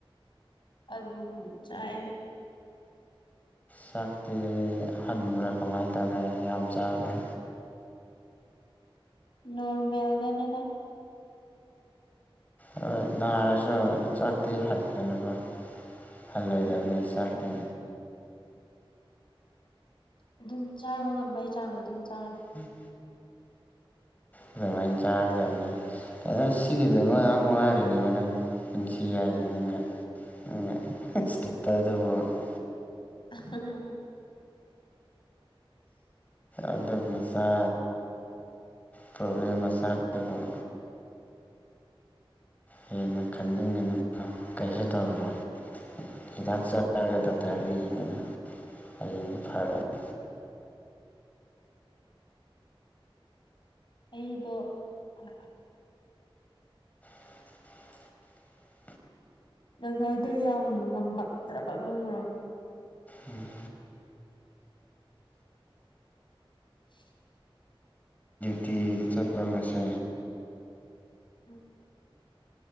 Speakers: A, on the left; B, on the left.
A: ꯑꯂꯨ ꯆꯥꯏ
B: ꯆꯥꯛꯇꯤ ꯍꯟꯕ꯭ꯔꯥ ꯀꯃꯥꯏꯟ ꯇꯧꯒꯦ ꯌꯥꯝ ꯆꯥꯕ꯭ꯔꯥ
A: ꯅꯣꯔꯃꯦꯜꯗꯅꯦꯗ
B: ꯍꯣꯏ ꯅꯥꯔꯁꯨ ꯆꯥꯛꯇꯤ ꯍꯠꯒꯅꯨꯀꯣ ꯍꯜꯂꯣꯏꯗꯕꯅꯤ
A: ꯎꯝ
B: ꯆꯥꯛꯇꯤ
A: ꯑꯗꯨꯝ ꯆꯥꯕ ꯉꯝꯕꯒꯤ ꯆꯥꯡꯗ ꯑꯗꯨꯝ ꯆꯥꯔꯦ
B: ꯎꯝ ꯑꯗꯨꯃꯥꯏꯟ ꯆꯥꯒꯗꯕꯅꯦ <unintelligible> ꯁꯤꯒꯤꯗꯃꯛ ꯋꯥꯔꯤꯅꯦꯕ ꯅꯪ ꯄꯨꯟꯁꯤ ꯍꯥꯏꯖꯦ ꯅꯪꯒ <unintelligible>
A: <unintelligible>
B: ꯑꯗꯨꯒꯤ ꯃꯆꯥ ꯄ꯭ꯔꯣꯕꯂꯦꯝ ꯃꯆꯥ ꯗꯨꯕꯨ ꯍꯦꯟꯅ ꯈꯟꯖꯤꯟꯒꯅꯨꯀꯣ ꯀꯩꯁꯨ ꯇꯧꯔꯣꯏ ꯍꯤꯗꯥꯛ ꯆꯥꯔꯒ ꯗꯣꯛꯇꯔꯗ ꯌꯦꯡꯉꯦꯅ ꯍꯌꯦꯡꯗꯤ ꯐꯔꯥꯅꯤ
A: ꯑꯩꯗꯣ ꯑꯥ
B: <unintelligible>
A: ꯉꯁꯥꯏꯗꯣ ꯌꯥꯝ ꯉꯝꯃꯛꯇ꯭ꯔꯥꯕ ꯉꯪꯉ꯭ꯔꯣ
B: ꯎꯝ
A: <inaudible>
B: ꯇꯤꯗꯤ ꯆꯠꯄ꯭ꯔꯥ ꯉꯁꯦ
A: ꯎꯝ